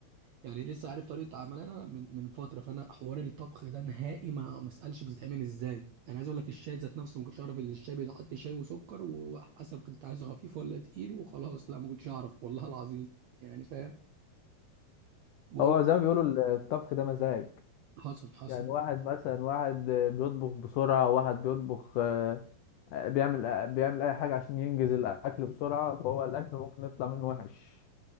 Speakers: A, on the right (about 75°); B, on the left (about 80°).
A: يعني لسه عارف طريقه عملها من من فتره فانا حوار الطبخ ده نهائي ما ما اسالش بتتعمل ازاي انا عايز اقول لك الشاي ذات نفسه ما كنتش اعرف ان الشاي بيتحط شاي وسكر وحسب كنت عايزه خفيف ولا تقيل وخلاص لا ما كنتش اعرف والله العظيم يعني فاهم بقول
B: هو زي ما بيقولوا الطبخ ده مزاج
A: حصل حصل
B: يعني واحد مثلا واحد بيطبخ بسرعة واحد بيطبخ آه، بيعمل آه، بيعمل أي حاجة عشان ينجز الأكل بسرعة فهو الأكل ممكن يطلع منه وحش